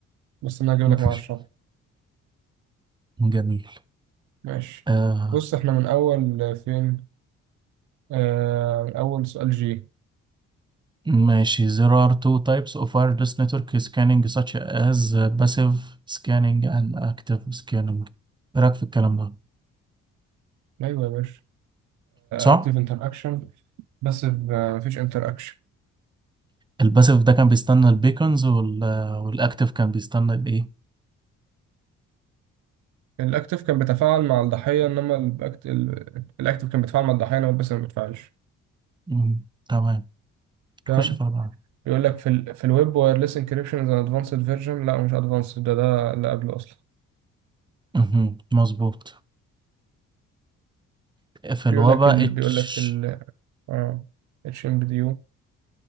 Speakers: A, on the right; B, on the right.
A: بس انا هجيب
B: مفيش
A: لك مع الشرح
B: جميل
A: ماشي
B: آه
A: بص احنا من اول فين آه... اول سؤال جي
B: ماشي there are two types of wireless network scanning such as passive scanning and active scanning ايه رأيك في الكلام ده
A: ايوه يا باشا
B: صح
A: اكتيف انتر اكشن بس ب- مفيش انتراكشن
B: الباسيف ده كان بيستنى البيكونز وال والاكتيف كان بيستنى الايه
A: الاكتف كان بيتفاعل مع الضحيه انما الأكت- ال- الاكتف كان بيتفاعل مع الضحيه انما بس ما بيتفاعلش
B: مم، تمام
A: تمام
B: خش في بعض
A: يقول لك في ال في الويب وايرلس انكريبشن از ادفانسد فيرجن لا مش ادفانسد ده ده اللي قبله اصلا
B: مهم. مظبوط في
A: في
B: الوبا
A: يقول لك ال
B: اتش
A: بيقول لك ال اه اتش ام بي دي يو